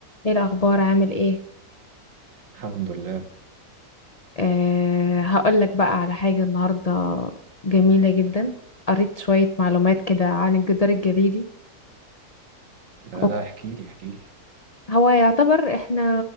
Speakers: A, on the left; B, on the right.
A: ايه الاخبار عامل ايه
B: الحمد لله
A: أه هقول لك بقى على حاجه النهارده جميله جدا قريت شويه معلومات كده عن الجدار الجليدي
B: لا
A: هو
B: لا احكي لي احكي لي
A: هو يعتبر احنا